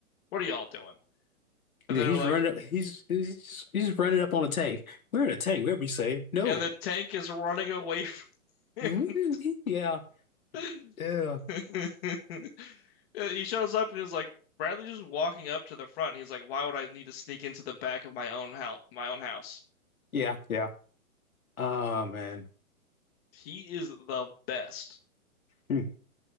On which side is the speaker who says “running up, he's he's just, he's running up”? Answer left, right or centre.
Left